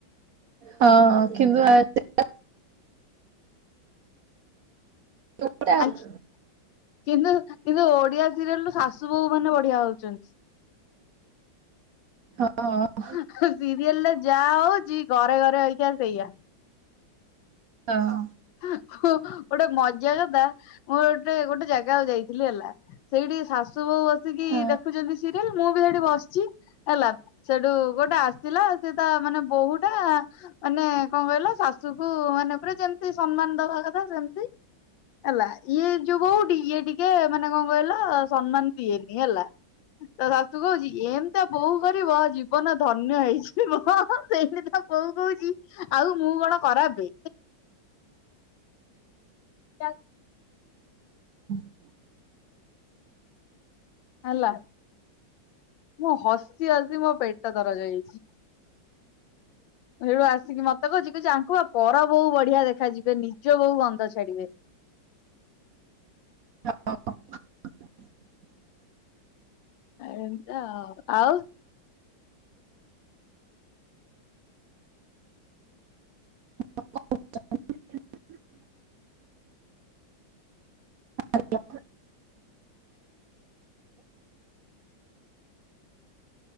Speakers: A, on the right; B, on the left.
A: ହଁ କିନ୍ତୁ ଆଜି କାଲି ଓଲଟା ଆଉ।
B: ଆଖି କିନ୍ତୁ କିନ୍ତୁ ଓଡିଆ ସିରିଏଲ୍ ରୁ ଶାଶୁ ବୋଉ ମାନେ ବଢିଆ ହଉଛନ୍ତି। ହଁ
A: ହଁ
B: ହା ହା ସିରିଏଲରେ ଯାହା ହୋଉଚି ଘରେ ଘରେ ହେରିକା ସେଇଆ।
A: ହଁ।
B: ହଁ ଗୋଟେ ମଜା କଥା ମୁଁ ଗୋଟେ ଗୋଟେ ଜାଗାକୁ ଯାଇଥିଲି ହେଲା ସେଇଠି ଶାଶୁ ଶୁ ବୋହୁ ବସିକି
A: ହଁ ହଁ
B: ଦେଖୁଛନ୍ତି ସିରିଏଲ ମୁଁ ବି ହେଠି ବସିଛି ହେଲା ସେଠୁ ଗୋଟେ ଥିଲା ସେ ତା ମାନେ ବୋହୁଟା ମାନେ କଣ କହିଲ ଶାଶୁ କୁ ମାନେ ପୂରା ଯେମତି ତି ସମ୍ମାନ ଦବା କଥା ସେମତି ହେଲା ଇଏ ଯୋଉ ବୋହୁଟି ଇଏ ଟିକେ ମାନେ କଣ କହିଲ ସମ୍ମାନ ଦିଏନି ହେଲା ତା ଶାଶୁ କହୁଛି ଏମିତିଆ ବୋହୁ କରିବ ଜୀବନ ଧନ୍ୟ ହେଇଯିବ। ସେମତି ତ ବୋହୁ କହୁଛି ଆଉ ମୁଁ କଣ ଖରାପେ? ଚା
A: ହୁଁ
B: ହେଲା ମୁଁ ହସି ହସି ମୋ ପେଟ ଦରଜ ହେଇଛି। ହଁ ସିଆଡୁ ଆସିକି ମତେ କହୁଛି ୟାଙ୍କୁ ବା ପର ବୋହୁ ବଢିଆ ଦେଖାଯିବେ ନିଜ ବୋହୁ ଗନ୍ଧ ଛାଡିବେ। ହଁ
A: <unintelligible>
B: ଏମିତିଆ ଆଉ।
A: କଣ କରୁଚ? ଆଜ୍ଞା।